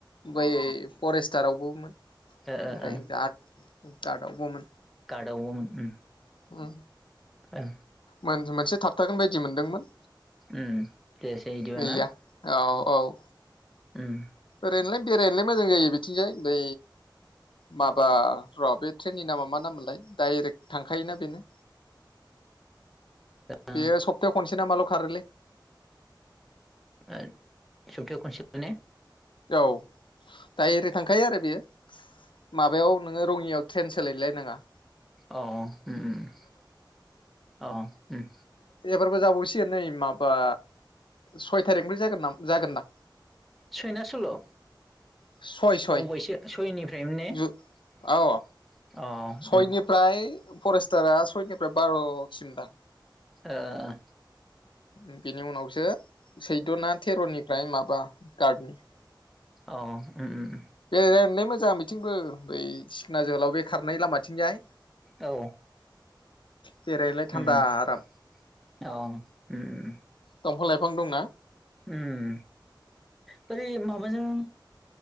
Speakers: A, on the left; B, in the centre.
A: बै फरेस्टारावबो मोन
B: ओ
A: ओमफ्राय गा ददावबो मोन।
B: गादावबो मोन उम।
A: ओ
B: ओ
A: मोन-मोनसे थाबथागोन बायदि मोनदोंमोन।
B: उम जायासै इदिबा
A: गैया
B: ना।
A: औ औ
B: उम
A: ओरैनो नोलाय बेरायनोलाय मोजां जायो बिथिंजाय बै माबा र' बे ट्रेननि नामा मा नाम मोनलाय डाइरेक्ट थांखायोना बेनो।
B: ओ
A: बेयो सप्तायाव खनसे ना मा ल' खारोलै।
B: ओ, सबथायाव खनसे माने
A: औ दायरेक थांखायो आरो बेयो माबायाव नोङो रङियाव ट्रेन सोलाय लायनाङा।
B: अ उम उम <inaudible> अ उम
A: फोरबो जाबावसिगोन नै माबा सय थारिख निफ्राय जागोन जागोनदा
B: सय ना सल्ल'?
A: सय सय
B: बावैसो सयनिफ्रायनो ने
A: जु औ
B: <inaudible> अ उम
A: सयनिफ्राय फरेस्टारा सयनिफ्राय बार'सिम दां।
B: ओ ओओ
A: उन बेनि उनावसो सैद' ना थेर'नि फ्राय माबा गादनि
B: अ उम उम
A: बे <unintelligible> मोजां मिथिंबो बै सिखोना जोहोलाव बे खारनाय लामा थिंजाय
B: औ
A: बेरायनोलाय थान्दा
B: उम
A: आराम
B: <inaudible> अ अ अ उम
A: दंफां लाइफां दंना
B: उम उम बोरै माबा जों